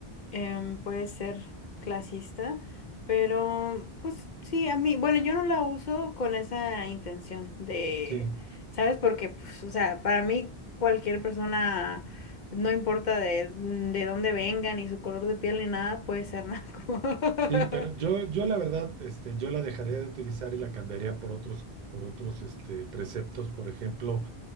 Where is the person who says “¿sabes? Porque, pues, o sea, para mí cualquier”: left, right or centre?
Left